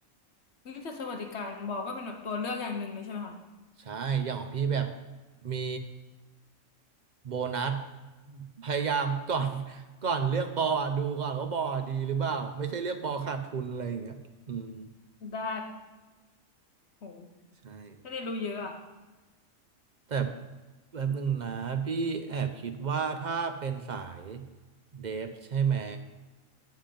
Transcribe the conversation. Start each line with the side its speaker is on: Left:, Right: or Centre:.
Left: วิทยสวัสดิการบอกก็เป็นแบบตัวเลือกอย่างหนึ่งเลยใช่ไหมคะ
Right: ใช่อย่างของพี่แบบมีโบนัสพยายาม <laughs> ก่อน <laughs> ก่อนเลือกบอลอะดูก่อนว่าบอลอะดีหรือเปล่าไม่ใช่เลือกบอลขาดทุนอะไรอย่างเงี้ยอืม
Left: ได้โห
Right: ใช่
Left: ได้เรียนรู้เยอะอ่ะ
Right: แต่แบบหนึ่งนะพี่แอบคิดว่าถ้าเป็นสายเดฟใช่ไหม